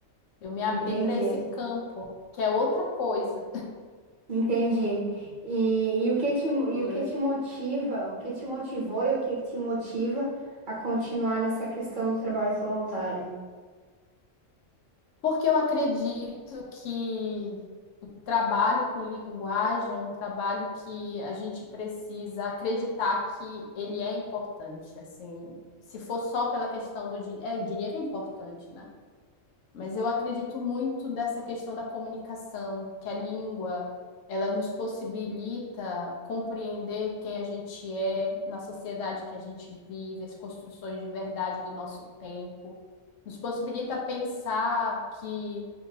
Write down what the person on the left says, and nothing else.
Eu me abri
para esse campo, que é outra coisa.
<laughs>
Porque eu acredito que o trabalho com linguagem é um trabalho que a gente precisa acreditar que ele é importante, assim. Se for só pela questão do dinheiro, é, o dinheiro é importante, né? Mas eu acredito muito dessa questão da comunicação, que a língua, ela nos possibilita compreender quem a gente é na sociedade que a gente vive, as construções de verdade do nosso tempo. Nos possibilita pensar que